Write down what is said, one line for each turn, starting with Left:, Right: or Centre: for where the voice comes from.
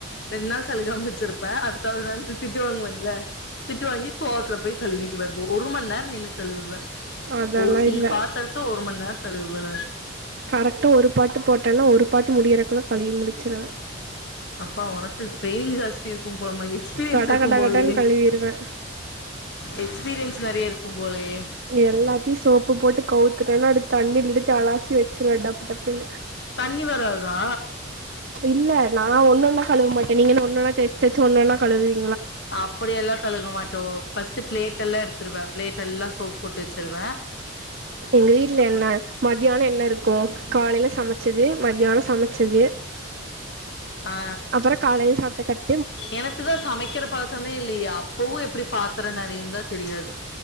Left: ரெண்டு நாள் சலுகாமிச்சிருப்போ இப்ப அடுத்தாவுது நாள் திட்டு வாங்குவன்ல திட்டு வாங்கி கோவத்துல போய் கழுவீட்டு வ ஒரு மண் நேரோ நின்னு கழுவுவே
Right: அதெல்லா
Left: ஒரு சிங்க்
Right: இல்ல
Left: பாத்தரத்த ஒரு மண் நேர் கழுவுறே
Right: கரெக்டா ஒரு பாட்டு போட்டேன்னா ஒரு பாட்டு முடியறக்குள கழுவி முடுச்சுருவே
Left: அப்பா ஒனக்கு ட்ரெய்னிங் ஜாஸ் தி இருக்கும் போலமா எக்ஸ்பீரியன்ஸ்
Right: கட
Left: இருக்கும்
Right: கட
Left: போலயே
Right: கடன்னு கழுவிருவே
Left: எக்ஸ்பீரியன்ஸ் நெறைய இருக்கும் போலயே
Right: எல்லாத்தியு சோப்பு போட்டு கவுத் துக்கன்ன அடுத் தண்ணிலிடுத்து அலாசி வச்சுருவே டப்பு டப்புன்னு
Left: தண்ணி வராதா
Right: இல்ல நா ஒன்னொன்னா கழுவ மாட்டே நீங்க என்னா ஒன்னொன்னா தேச்சு தேச்சு ஒன்னொன்னா கழுவு வீ
Left: அப்படியல்லா கழுக மாட்டோ ஃபஸ்ட்டு ப்ளேட்டெல்லா எடுத்துருவே ப்ளேட் எல்லா சோப் போட்டு வச்சுருவே
Right: எங்க வீட்ல என்ன மத்யான என்ன இருக்கு காலைல சமச்சது மத்யானொ சம ச்சது
Left: ஆ
Right: அப்பறோ காலேல சாப் டத் தட்
Left: எனக்குதா சமைக்கிற பழக்கமே இல்லயே அப்பவு எப்புடி பாத்தரோ நெ றயுந்தா தெரியாது